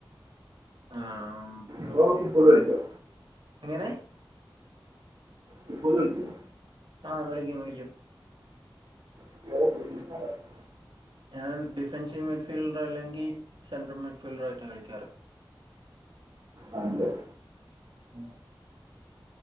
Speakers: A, on the right; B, on the right.
A: ആഹ ഓക്കെ
B: ബ്രോ
A: ഓകെ
B: ഫുട്ബോൾ കളിക്കോ
A: എങ്ങനെ.
B: ഫുട്ബോൾ കളിക്കോ?
A: ആഹ് കളിക്കും കളിക്കും.
B: <inaudible>
A: ഞാൻ ഡിഫൻസീവ് മിഡ്‌ ഫീൽഡോ അല്ലെങ്കിൽ സെൻട്രൽ മിഡ്ഫീൽഡോ ആയിട്ട് കളിക്കാറ്.
B: അഹ് ഉണ്ടാവും.
A: <inaudible>